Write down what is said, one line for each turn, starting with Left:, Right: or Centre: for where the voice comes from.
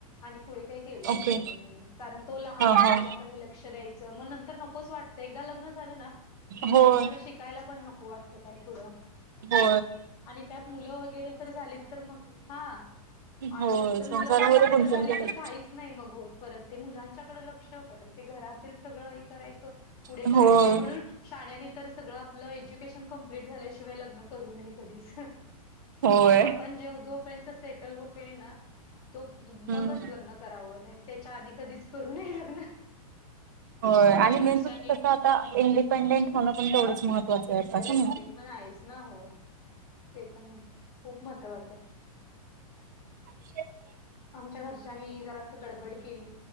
Left: आणि पुढे काही केलंच
Right: ओके
Left: नाही मग मी कारण तो लहान
Right: हा हा
Left: त्याच्याकडे लक्ष द्यायचं मग तर नकोच वाटत एकदा लग्न झालं ना मग
Right: होय
Left: नंतर शिकायला पण नको वाटतं काय पुढं
Right: हो
Left: आणि त्यात मुलं वगैरे तर झालीत तर मग हा आणि
Right: होय
Left: नंतर
Right: संसारामध्ये
Left: मुलं वगैरे
Right: गुंतून
Left: तर झाली
Right: गेलेत
Left: तर काहीच नाही मग होत परत ते मुलांच्याकडे लक्ष परत ते घरात सगळं हे करायचं पुढे
Right: हम्म
Left: काहीच
Right: होय.
Left: नाही म्हणून शाण्यानी तर सगळं आपलं एज्युकेशन कं्प्लीट झाल्याशिवाय लग्न करू नये कधीच
Right: होय.
Left: आपण जे जोपर्यंत सेटल होईल ना तो
Right: हम्म.
Left: मगच लग् करावं नाही त्याच्या आधी कधीच करू ने लग्न
Right: हो
Left: आमच्या
Right: आणि
Left: घरच्यांनी
Right: मेन म्हणजे कसं आता इंडिपेंडेंट होणं पण तेवढंच महत्वाचं आहे
Left: हो
Right: अससं ना.
Left: ते पण आहेच हो ते पण खूप महत्त्वाचं आहे.
Right: ह
Left: आमच्या घरच्यानी जरा असं गडबड केली